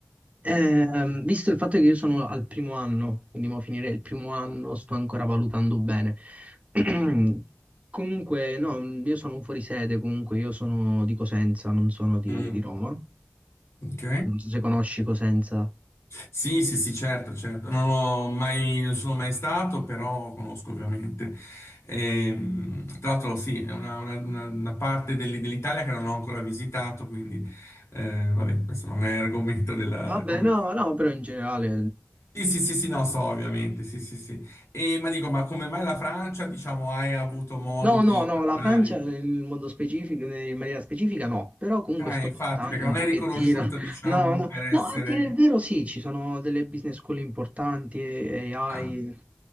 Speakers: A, on the right; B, on the left.
A: ehm, visto il fatto che io sono al primo anno, quindi mo finire il primo anno, sto ancora valutando bene. <clears throat> Comunque, no, io sono un fuorisede, comunque io sono di Cosenza, non sono di,
B: Mm,
A: di Roma.
B: Ok.
A: Non so se conosci Cosenza.
B: Sì, sì, sì, certo, certo. Non ho mai, non sono mai stato, però conosco ovviamente. Ehm, tra l'altro, sì, è una, una- una- una parte dell- dell'Italia che non ho ancora visitato, quindi eh, vabbè, questo non è argomento della
A: Vabbè,
B: conversazione.
A: no, no, però in generale
B: Sì, sì, sì, sì, no, so, ovviamente, sì, sì, sì. E, ma dico, ma come mai la Francia, diciamo, hai avuto modo
A: No,
B: di
A: no, no, la
B: parlare?
A: Francia in modo specifico, in maniera specifica no, però comunque
B: Eh,
A: sto
B: infatti,
A: puntando
B: perché non
A: un pochettino.
B: è riconosciuta, diciamo,
A: No, no,
B: per essere...
A: no, a dire il vero sì, ci sono delle business school importanti, e- AI,
B: Ah.